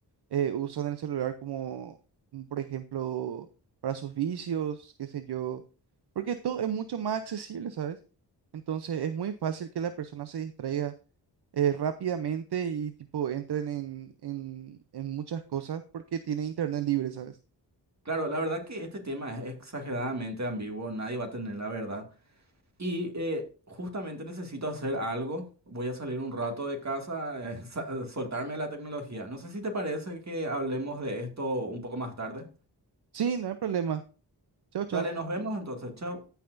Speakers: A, on the right; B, on the right.
A: eh, usan el celular como, como, por ejemplo, para sus vicios, qué sé yo, porque todo es mucho más accesible, ¿sabes? Entonces es muy fácil que la persona se distraiga eh, rápidamente y tipo entren en, en en muchas cosas porque tiene internet libre, ¿sabes?
B: Claro, la verdad que este tema es exageradamente ambiguo, nadie va a tener la verdad. Y eh, justamente necesito hacer algo, voy a salir un rato de casa, <laughs> eh, sa- soltarme a la tecnología. No sé si te parece que hablemos de esto un poco más tarde.
A: Sí, no hay problema. Chao, chao.
B: Dale, nos vemos entonces, chao.